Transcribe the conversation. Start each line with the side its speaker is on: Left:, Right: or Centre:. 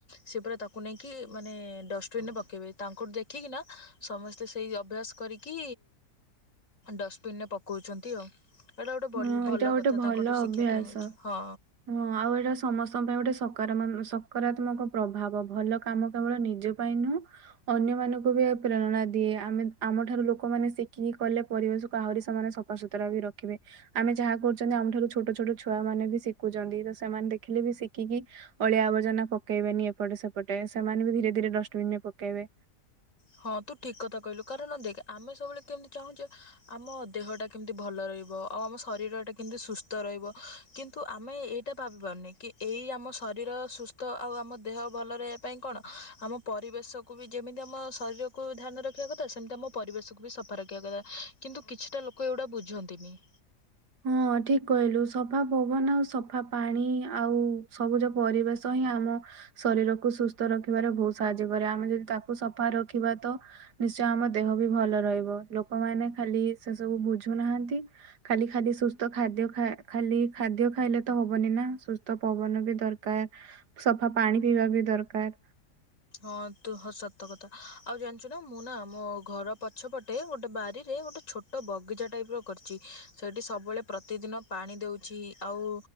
Left: ସେ ପୁରା ତାକୁ ନେଇକି ମାନେ ଡଷ୍ଟବିନ ରେ ପକେଇବେ, ତାଙ୍କଠୁ ଦେଖିକି ସମସ୍ତେ ସେଇ ଅଭ୍ୟାସ କରିକି ଡଷ୍ଟବିନରେ ପକଉଛନ୍ତି ଆଉ। ଏଇଟା ଗୋଟେ ବଲ
Right: ହଁ ଏଇଟା
Left: ଭଲ
Right: ଗୋଟେ
Left: କଥା
Right: ଭଲ
Left: ତାଙ୍କଠୁ ଶିକ୍ଷା
Right: ଅଭ୍ୟାସ,
Left: ପାଇଁ ମିଳୁଛି ହଁ।
Right: ହଁ ଆଉ ଏଇଟା ସମସ୍ତଙ୍କ ପାଇଁ ଗୋଟେ ସକାର ସ ସକାରାତ୍ମକ ପ୍ରଭାବ ଭଲ କାମ କେବଳ ନିଜ ପାଇଁ ନୁହଁ ଅନ୍ୟ ମାନଙ୍କୁ ବି ପ୍ରେରଣା ଦିଏ। ଆମେ ଆମଠାରୁ ଲୋକମାନେ ଶିଖିକି କଲେ ପରିବେଶକୁ ଆହୁରି ସେମାନେ ସଫାସତୁରା ବି ରଖିବେ। ଆମେ ଯାହା କରୁଛନ୍ତି ଆମ ଠାରୁ ଛୋଟ ଛୋଟ ଛୁଆ ମାନେ ବି ଶିଖୁଛନ୍ତି, ତ ସେମାନେ ଦେଖିଲେ ବି ଶିଖିକି ଅଳିଆ ଆବର୍ଜନା ପକେଇବେନି ଏପଟେ ସେପଟେ ସେମାନେ ବି ଧୀରେ ଧୀରେ ଡଷ୍ଟବିନ ରେ ପକେଇବେ।
Left: ହଁ ତୁ ଠିକ କଥା କହିଲୁ କାରଣ ଦେଖ ଆମେ ସବୁବେଳେ କେମିତି ଚାହୁଁଚେ ଆମ ଦେହଟା କେମିତି ଭଲ ରହ ରହିବ ଆଉ ଆମ ଶରୀରଟା କେମିତି ସୁସ୍ଥ ରହିବ କିନ୍ତୁ ଆମେ ଏଇଟା ଭାବିପାରୁନେ କି ଏଇ ଆମ ଶରୀର ସୁସ୍ଥ ଆଉ ଆମ ଦେହ ଭଲ ରହିବା ପାଇଁ କଣ ଆମ ପରିବେଶକୁ ବି ଯେମିତି ଆମ ଶରୀରକୁ ଧ୍ୟାନ ରଖିବା କଥା ସେମିତି ଆମ ପରିବେଶକୁ ବି ସଫା ରଖିବା, କଥା କିନ୍ତୁ କିଛିଟା ଲୋକ ଏଗୁଡା ବୁଝନ୍ତିନି। <inaudible>
Right: ହଁ ଠିକ କହିଲୁ ସଫା ପବନ ଆଉ ସଫା ପାଣି ଆଉ ସବୁଜ ପରିବେଶ ଆମ ଶରୀରକୁ ସୁସ୍ଥ ରଖିବାରେ ବୋହୁତ ସାହାଯ୍ୟ କରେ ଆମେ ଯଦି ତାକୁ ସଫା ରଖିବା ତ ନିଶ୍ଚୟ ଆମ ଦେହ ବି ଭଲ ରହିବ ଲୋକମାନେ ଖାଲି ସେ ସବୁ ବୁଝୁନାହାନ୍ତି, ଖାଲି ଖାଲି ସୁସ୍ଥ ଖାଦ୍ୟ ଖ ଖାଲି ଖାଦ୍ୟ ଖାଇଲେ ତ ହବନି ନା ସୁସ୍ଥ ପବନ ବି ଦରକାର। ସଫା ପାଣି ପିଇବା ବି ଦରକାର।
Left: ହଁ ତୁ ହଁ ସତ କଥା ଆଉ ଜାଣିଚୁ ନା ମୁଁ ନା ମୋ ଘର ପଛପଟେ ଗୋଟେ ବାରିରେ ଏ ଗୋଟେ ଛୋଟ ବଗିଚା ଟାଇପ୍ ର କରିଚି, ସେଇଠି ସବୁବେଳେ ପ୍ରତିଦିନ ପାଣି ଦେଉଛି ଆଉ